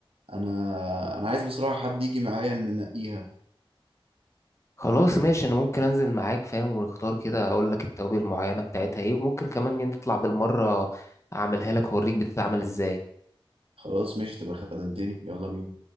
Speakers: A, on the right; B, on the left.
A: انا انا عايز بصراحة حد يجي معايا ان ننقيها
B: خلاص ماشي انا ممكن انزل معاك فاهم ونختار كده اقول لك التوابل المعينه بتاعتها ايه وممكن كمان نطلع بالمره اعملها لك اوريك بتتعمل ازاي
A: خلاص ماشي تبقى خدمتني يلا بينا